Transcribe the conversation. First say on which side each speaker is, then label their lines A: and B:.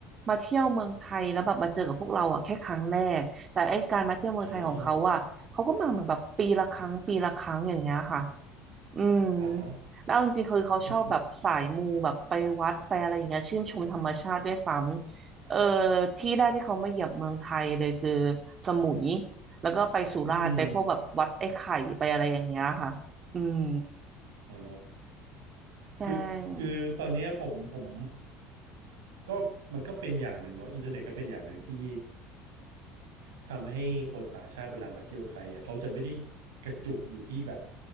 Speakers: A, on the right; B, on the right.
A: มาเที่ยวเมืองไทยแล้วแบบมาเจอกับพวกเราอ่ะแค่ครั้งแรกแต่ไอ้การมาเที่ยวเมืองไทยของเขาอ่ะเขาก็มาเหมือนแบบปีละครั้งปีละครั้งอย่างเงี้ยค่ะ
B: อ่า
A: อืม
B: อ่าฮะ
A: แล้วเอาจริงๆคือเขาชอบแบบสายมูแบบไปวัดไปอะไรอย่างเงี้ยชื่นชมธรรมชาติด้วยซ้ำเออ
B: <laughs>
A: ที่แรกที่เขามาเหยียบเมืองไทยเลยคือสมุยแล้วก็ไปสุราษฎร์ไปพวกแบบวัดไอ้ไข่ไปอะไรอย่างเงี้ยค่ะ
B: อืม
A: อืม
B: อ๋อ
A: ใช่
B: คือคือตอนเนี้ยผมผมก็มันก็เป็นอย่างหนึ่งเนาะอินเทอร์เน็ตก็เป็นอย่างหนึ่งที่ทำให้คนต่างชาติเวลามาเที่ยวไทยอ่ะเขาจะไม่ได้กระจุกอยู่ที่แบบ